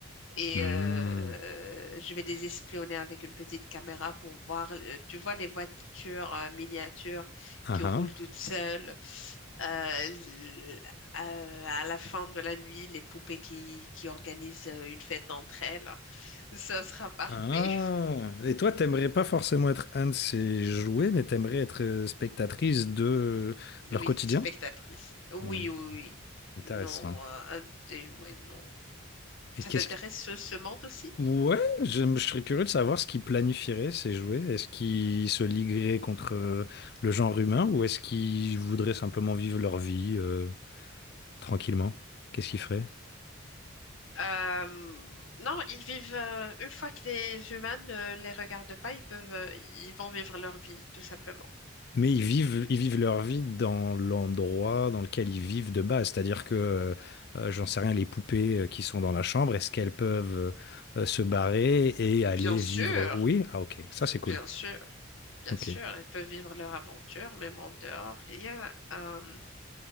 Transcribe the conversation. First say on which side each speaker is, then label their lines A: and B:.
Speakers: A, on the left (about 75°); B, on the left (about 50°).
A: Et
B: Hmm.
A: euh, je vais les espionner avec une petite caméra pour voir, euh, tu vois, les voitures euh, miniatures
B: Ah
A: qui roulent
B: ah.
A: toutes seules. Euh, l- euh, à la fin de la nuit, les poupées qui, qui organisent euh, une fête entre elles. Ça sera parfait.
B: Ah, et toi, t'aimerais pas forcément être un de ces jouets, mais t'aimerais être euh, spectatrice de leur
A: Oui,
B: quotidien?
A: spectatrice. Oui,
B: Hmm,
A: oui, oui.
B: Intéressant.
A: Non, euh, un des jouets, non.
B: Et
A: Ça
B: qu'est-ce
A: t'intéresse
B: qui...
A: ce, ce monde aussi?
B: Ouais, je, je serais curieux de savoir ce qu'ils planifieraient, ces jouets. Est-ce qu'ils se ligueraient contre euh, le genre humain ou est-ce qu'ils voudraient simplement vivre leur vie euh, tranquillement? Qu'est-ce qu'ils feraient?
A: Euh, non, ils vivent, euh, une fois que les humains ne les regardent pas, ils peuvent, euh, ils vont vivre leur vie, tout simplement.
B: Mais ils vivent, ils vivent leur vie dans l'endroit dans lequel ils vivent de base. C'est-à-dire que, euh, euh, j'en sais rien, les poupées euh, qui sont dans la chambre, est-ce qu'elles peuvent euh, euh, se barrer et aller
A: Bien sûr,
B: vivre? Oui? Ah, ok. Ça, c'est
A: bien
B: cool.
A: sûr, bien
B: Ok.
A: sûr, ils peuvent vivre leur aventure, même en dehors. Il y a un,